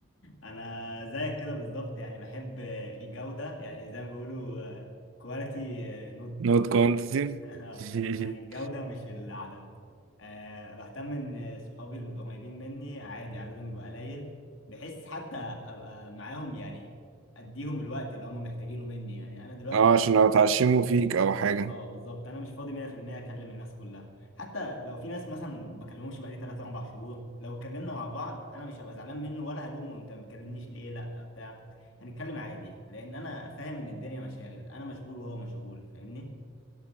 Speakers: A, on the left; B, on the right.
A: انا زيك كده بالظبط يعني بحب الجودة يعني زي ما بيقولوا كواليتي نوت
B: Not quantity
A: <laughs>
B: <laughs>
A: يعني الجودة مش العدد أه بهتم ان صحابي القريبين مني عادي عددهم يبقى قليل بحس حتى ابقى معاهم يعني اديهم الوقت اللي هم محتاجينه مني يعني انا دلوقتي
B: اه عشان لو اتعشموا فيك أو حاجة
A: اه بالظبط انا مش فاضي 100% اكلم الناس كلها حتى لو في ناس مثلا بكلمهمش بقالي 3 4 شهور لو اتكلمنا مع بعض انا مش هبقى زعلان منه ولا هلومه انت ما بتكلمنيش ليه لا بتاع هنتكلم عادي لان انا فاهم ان الدنيا مشاغل انا مشغول وهو مشغول فاهمني